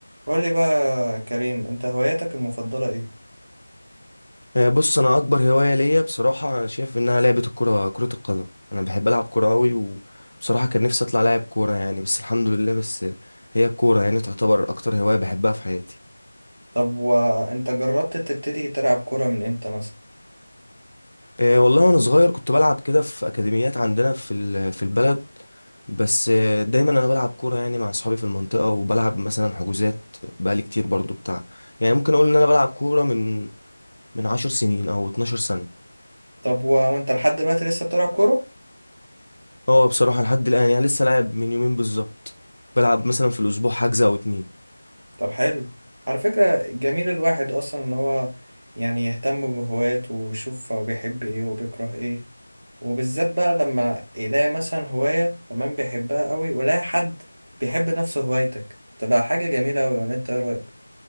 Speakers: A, on the right; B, on the left.
A: قول لي بقى يا كريم انت هواياتك المفضلة ايه
B: آه، بص انا اكبر هوايه ليا بصراحه انا شايف انها لعبه الكره كره القدم انا بحب العب كوره قوي وبصراحه كان نفسي اطلع لاعب كوره يعني بس الحمد لله بس هي الكوره يعني تعتبر اكتر هوايه بحبها في حياتي
A: طب وانت جربت تبتدي تلعب كورة من امتى مثلا
B: آه، والله وانا صغير كنت بلعب كده في اكاديميات عندنا في ال- في البلد بس آه، دايما انا بلعب كوره يعني مع اصحابي في المنطقه وبلعب مثلا حجوزات بقالي كتير برضو بتاع يعني ممكن اقول ان انا بلعب كوره من من 10 سنين او 12 سنه
A: طب و... وانت لحد دلوقتي لسه بتلعب كورة
B: اه بصراحة لحد الآن يعني لسه لاعب من يومين بالظبط بلعب مثلا في الأسبوع حجز أو اتنين
A: طب حلو على فكرة جميل الواحد اصلا ان هو يعني يهتم بهواياته ويشوف هو بيحب ايه وبيكره ايه وبالذات بقى لما يلاقي مثلا هواية تمام بيحبها قوي ويلاقي حد بيحب نفس هوايتك تبقى حاجة جميلة قوي ولا انت ايه رأيك